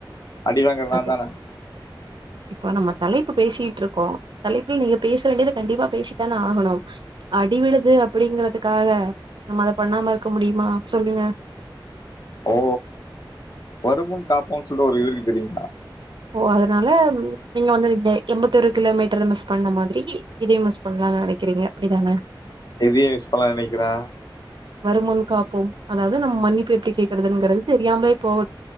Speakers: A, on the left (about 50°); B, on the right (about 70°).
A: அடிவாங்ற நா
B: அது
A: தான
B: இப்போ நம்ம தலைப்பு பேசிட்டு இருக்கோம் தலைப்புல நீங்க பேச வேண்டியதை கண்டிப்பா பேசித்தானே ஆகணும் அடிவிடுது அப்டிங்கறதுக்காக நம்ம அத பண்ணாம இருக்க முடியுமா சொல்லுங்க.
A: ஓ வருமுன் காப்போம்னு சொல்லிட்டு ஒரு இதுக்கு தெரியுங்ளா
B: ஓ அதனால நீங்க வந்து இந்த எண்பத் ஒரு கிலோமீட்டர் மிஸ் பண்ண மாதிரி இதையும் மிஸ் பண்ணலாம்னு நினைக்கிறீங்க அப்டிதானே.
A: எதையும் விஸ் பண்ல நினைக்கிறா
B: வருமுன் காப்போம் அதாவது நம்ம மன்னிப்பு எப்டி கேக்குறதுங்கிறது தெரியாமலே போக